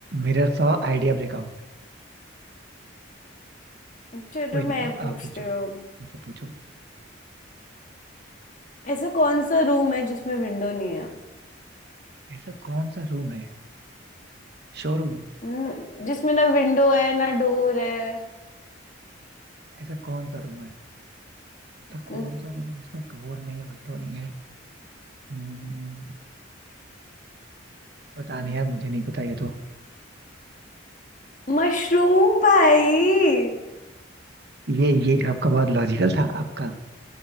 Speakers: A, on the right; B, on the left.
A: Mirror saw idea breakout
B: चलो
A: कोई नहीं
B: मैं
A: अब
B: पूछती
A: आप पूछो
B: हूँ
A: मुझे पूछो
B: ऐसा कौन सा रूम है जिसमें विंडो नहीं है
A: ऐसा कौन सा रूम है शोरूम
B: न- जिसमें ना विंडो है ना डोर है
A: ऐसा कौन सा रूम है ऐसा कौन
B: न-
A: सा रूम है जिसमें डोर नहीं है window नहीं है हम्म, पता नहीं यार मुझे नहीं पता ये तो
B: मशरूम भाई
A: ये ये आपका बहुत लॉजिकल था आपका